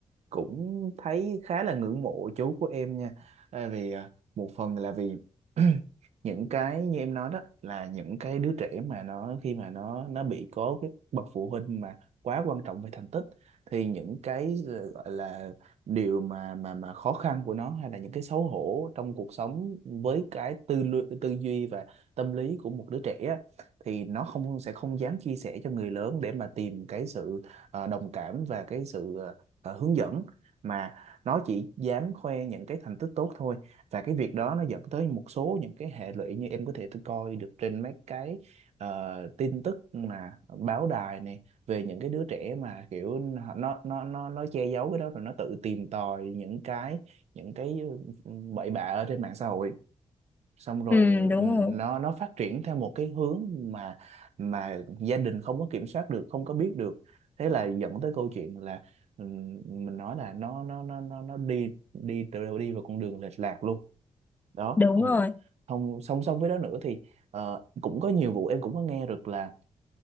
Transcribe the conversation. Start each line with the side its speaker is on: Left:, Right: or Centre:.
Right: cũng thấy khá là ngưỡng mộ chú của em nha à, vì à, một phần là vì <clears throat> những cái như em nói đó là những cái đứa trẻ mà nó khi mà nó nó bị có cái bậc phụ huynh mà quá quan trọng về thành tích thì những cái ờ, gọi là điều mà mà mà khó khăn của nó hay là những cái xấu hổ trong cuộc sống với cái tư lu- tư duy và tâm lý của một đứa trẻ á, thì nó không sẽ không dám chia sẻ cho người lớn để mà tìm cái sự ờ, đồng cảm và cái sự ờ, ờ, hướng dẫn mà nó chỉ dám khoe những cái thành tích tốt thôi và cái việc đó nó dẫn tới một số những cái hệ lụy như em có thể tôi coi được trên mấy cái ờ, tin tức mà báo đài này về những cái đứa trẻ mà kiểu nó nó nó nó che giấu cái đó rồi nó tự tìm tòi những cái những cái ừ, bậy bạ ở trên mạng xã hội xong rồi
Left: ừ
Right: ừ,
Left: đúng rồi
Right: nó nó phát triển theo một cái hướng mà mà gia đình không có kiểm soát được không có biết được thế là dẫn tới câu chuyện là ừm, mình nói là nó nó nó nó nó đi đi từ đi vào con đường lệch lạc luôn đó
Left: đúng
Right: còn
Left: rồi
Right: không song song với đó nữa thì ờ, cũng có nhiều vụ em cũng có nghe được là